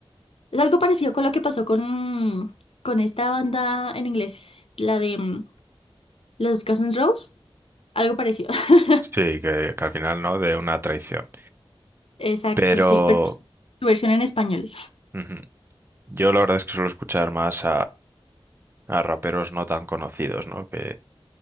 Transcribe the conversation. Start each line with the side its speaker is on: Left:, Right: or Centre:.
Left: Es algo parecido con lo que pasó con, con esta banda en inglés, la de mm, los Guns N' Roses. Algo parecido. <laughs>
Right: Sí, que, que al final no, de una traición.
Left: Exacto,
Right: Pero
Left: sí, pero su versión en español.
Right: ujú, yo la verdad es que suelo escuchar más a raperos no tan conocidos, ¿no? Que,